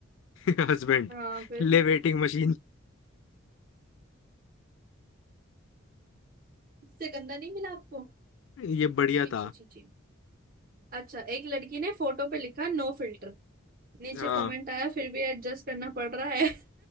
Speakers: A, on the left; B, on the right.
A: <laughs> हस्बैंड
B: हाँ फिर
A: ले वेटिंग मशीन
B: इससे गंदा नहीं मिला आपको
A: ये बढ़िया
B: छी
A: था
B: छी छी छी अच्छा एक लड़की ने फोटो पे लिखा नो फिल्टर नीचे
A: हाँ
B: कमेंट आया फिर भी एडजस्ट करना पड़ रहा है